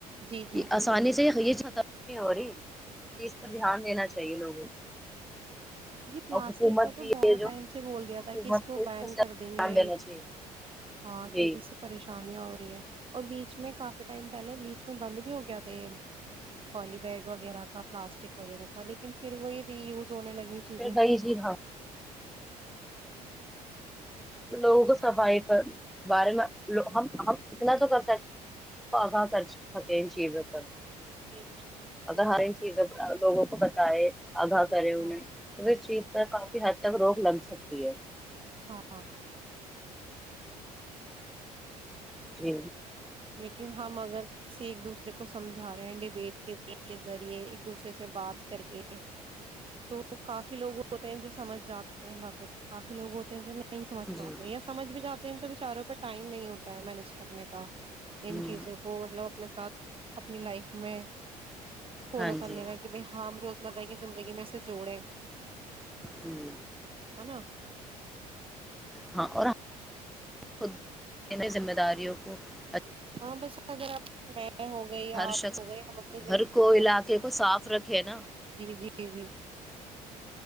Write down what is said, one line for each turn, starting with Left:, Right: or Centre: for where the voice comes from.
Right: جی جی
Centre: یہ
Right: جی
Centre: آسانی سے یہ چھ نہیں ہو رہی اس چیز پر دھیان دینا چاہیے لوگوں کو
Right: ج پلاسٹک
Centre: اور حکومت
Right: کو تو
Centre: بھی
Right: بہت
Centre: ہے جو
Right: ٹائم سے بول دیا
Centre: حکومت
Right: تھا کہ کس کو
Centre: اس
Right: بین
Centre: پر سخت
Right: کر دیں گے
Centre: دھیان دینا چاہیے
Right: ہاں
Centre: جی
Right: کیونکہ اس سے پریشان ہو رہی ہے اور بیچ میں کافی ٹائم پہلے بیچ میں بند بھی ہو گیا تھے یہ پالی بیگ وغیرہ کا پلاسٹک وغیرہ کا لیکن پھر وہ یہ یوز ہونے لگی چیزیں
Centre: پھر بائیے جی ہاں لوگوں کو صفائی پر بارے میں ہم ہم اتنا تو کر سکتے آگاں کر سکیں ان چیزوں پر
Right: جی
Centre: مطگر ہر ان چیز لوگوں کو بچائے ادا کرے انہیں
Right: ہاں
Centre: وہ چیز کافی حد تک روک لگ سکتی ہے
Right: ہاں ہاں
Centre: جی
Right: لیکن ہم اگر کسی ایک دوسرے کو سمجھا رہے ہیں ڈبیٹ کے کے ذریعے ایک دوسرے سے بات کر کے تو کافی لوگ ہوتے ہیں جو سمجھ جاتے ہیں باتوں کو کافی لوگ ہوتے جو نہیں سمجھ پاتے
Centre: جی
Right: یا سمجھ بھی جاتے دن تو بچاروں کا ٹائم نہیں ہوتا ہے مینج کرنے کا
Centre: ہوں
Right: ان چیزوں کو مطلب اپنے ساتھ اپنی لائف میں فالو
Centre: ہاں
Right: کرنے
Centre: جی
Right: کا کہ بھائی ہم روزمرہ کی زندگی میں سے جوڑے ہی
Centre: جی
Right: نا
Centre: ہاں اور خ ذمہ داریوں اوکے اچھا
Right: ہاں بس اگر آپ میں ہو گئی یا
Centre: ہر
Right: آپ
Centre: شخص
Right: ہو گئی ہم اپنی زنداری
Centre: گھر کو علاقے کو صاف رکھے نا
Right: جی جی جی